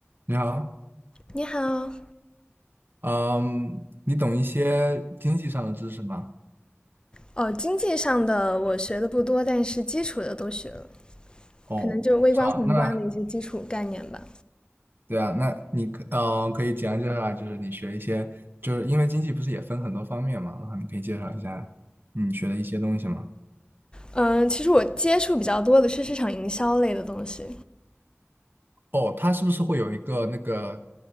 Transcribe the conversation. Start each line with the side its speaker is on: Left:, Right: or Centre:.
Right: 你好，
Left: 你好，
Right: 嗯，你懂一些经济上的知识吗？
Left: 哦，经济上的我学的不多，但是基础的都学了，
Right: 哦，
Left: 可能就是微观、
Right: 是吧？
Left: 宏观的一些基础概念吧。
Right: 那对啊，那你可呃可以简单介绍一下，就是你学一些，就是因为经济不是也分很多方面嘛，然后你可以介绍一下你学的一些东西吗？
Left: 嗯，其实我接触比较多的是市场营销类的东西。
Right: 哦，它是不是会有一个那个？